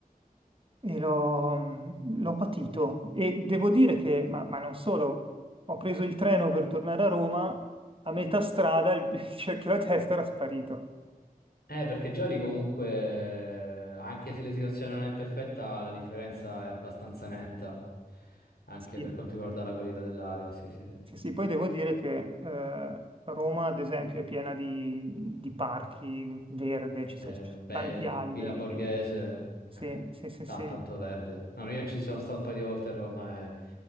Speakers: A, on the right; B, on the left.
A: e l'ho l'ho patito. E devo dire che, ma, ma non solo, ho preso il treno per tornare a Roma, a metà strada il, <laughs> il cerchio alla testa era sparito.
B: Eh, perché già lì comunque, eh, anche se la situazione non è perfetta, la differenza è abbastanza netta, anche
A: Sì,
B: per quanto riguarda la qualità dell'aria, sì, sì, sì.
A: sì, sì, poi devo dire che eh, Roma, ad esempio, è piena di, di parchi verde, ci
B: Eh,
A: sono, ci sono
B: beh,
A: tanti alberi.
B: Villa Borghese,
A: quindi- Sì,
B: eh,
A: sì, sì,
B: ta-
A: sì.
B: tanto verde. No, no, io ci sono stato un paio di volte a Roma e